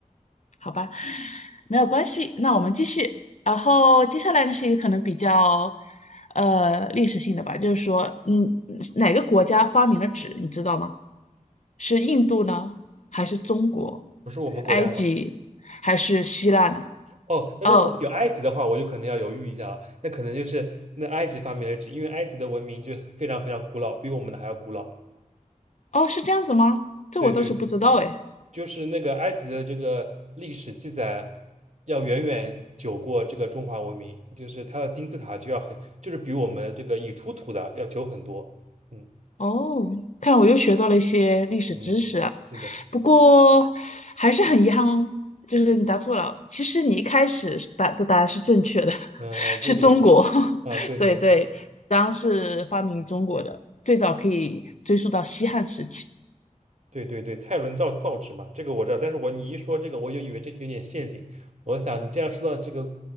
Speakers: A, on the left; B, on the right.
A: 好吧，没有关系。那我们继续。然后接下来呢是一个可能比较，呃，历史性的吧，就是说，嗯，哪个国家发明了纸，你知道吗？是印度呢，还是中国、
B: 不是我们国家吗？
A: 埃及，还是希腊呢？
B: 哦，那如果有埃及的话，
A: 哦
B: 我就可能要犹豫一下了。那可能就是那埃及发明了纸，因为埃及的文明就非常非常古老，比我们的还要古老。
A: 哦，是这样子吗？这我倒是不知道哎。
B: 对对对，就是那个埃及的这个历史记载要远远久过这个中华文明，就是它的金字塔就要很，就是比我们这个已出土的要久很多。嗯
A: 哦，看来我又学到了一些历史知识啊。
B: 嗯，是的，
A: 不过还是很遗憾哦，就是你答错了。其实你一开始是答的答案是正确的，<laughs>
B: 嗯啊，就我国啊，
A: 是中国。<laughs>
B: 对对对。
A: 对对，当然是发明于中国的，最早可以追溯到西汉时期。
B: 对对对，蔡伦造造纸嘛，这个我知道。但是我你一说这个，我就以为这题有点陷阱。我想你这样说到这个，